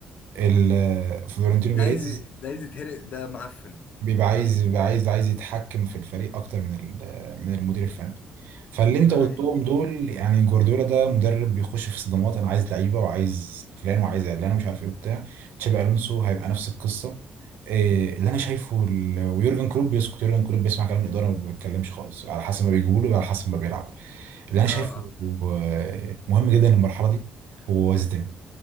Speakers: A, on the right; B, on the left.
A: ال- آه، فلورنتينو
B: ده
A: بيريز
B: عايز ده عايز يتهرق ده معفن
A: بيبقى
B: سوري
A: عايز
B: يعني
A: بيبقى عايز عايز يتحكم في الفريق اكتر من ال- من المدير الفني فاللي انت
B: ده
A: قلتهم
B: حقيقي
A: دول يعني جوارديولا ده مدرب بيخش في صدمات انا عايز لعيبه وعايز فلان وعايز علان ومش عارف ايه وبتاع تشابي الونسو هيبقى نفس القصه إيه اللي انا شايفه ال- ويورجن كلوب بيسكت يورجن كلوب بيسمع كلام الاداره وما بيتكلمش خالص على حسب ما بيجيبوا له وعلى حسب ما بيلعب اللي انا
B: اه
A: شايفه
B: اه
A: آه، مهم جدا المرحله دي هو زيدان